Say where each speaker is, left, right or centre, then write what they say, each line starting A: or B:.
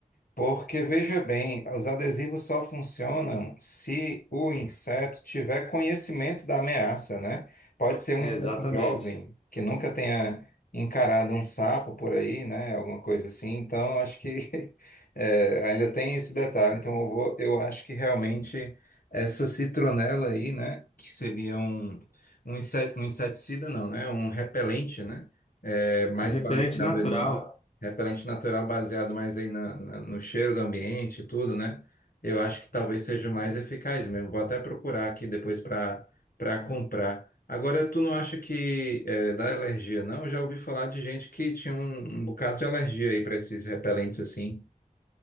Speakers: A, on the left; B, on the left.
A: Porque veja bem, os adesivos só funcionam se o inseto tiver conhecimento da ameaça, né? Pode ser um
B: É,
A: inseto
B: exatamente.
A: jovem que nunca tenha encarado um sapo por aí, né? Alguma coisa assim. Então, acho que <laughs> é, ainda tem esse detalhe. Então, eu vou, eu acho que realmente essa citronela aí, né? Que seria um, um inseto, um inseticida, não, né? Um repelente, né? É, mais
B: Um repelente
A: baseado
B: natural.
A: em repelente natural baseado mais aí na- na- no cheiro do ambiente e tudo, né? Eu acho que talvez seja o mais eficaz mesmo. Vou até procurar aqui depois para para comprar. Agora, tu não acha que é, dá alergia, não? Eu já ouvi falar de gente que tinha um, um bocado de alergia aí para esses repelentes assim.